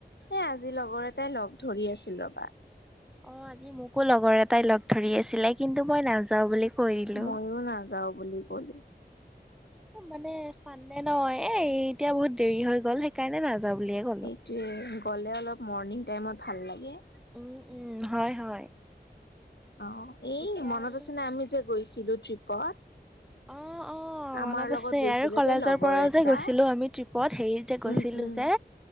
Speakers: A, on the left; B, in the centre.
A: এই আজি লগৰ এটাই লগ ধৰি আছিল ৰ'বা।
B: অ', আজি মোকো লগৰ এটাই লগ ধৰি আছিলে কিন্তু মই নাযাওঁ বুলি কৈ দিলো।
A: ময়ো নাযাওঁ বুলি ক'লো।
B: মানে চানডে ন' এ এতিয়া বহুত দেৰি হৈ গ'ল সেইকাৰণে নাযাওঁ বুলিয়ে ক'লো।
A: সেইটোৱে গ'লে অলপ মৰ্ণিং টাইমত ভাল লাগে।
B: উম, উম, হয়, হয়।
A: অ', এই
B: এতিয়া
A: মনত
B: আৰু
A: আছে নে আমি যে গৈছিলো ট্ৰিপত?
B: অ', অ'। অ', মনত
A: আমাৰ লগত
B: আছে,
A: গৈছিলে
B: আৰু কলেজৰ
A: যে লগৰ
B: পৰাও
A: এটা
B: যে গৈছিলোঁ আমি ট্ৰিপত হেৰিত যে গৈছিলোঁ
A: উম উম
B: যে।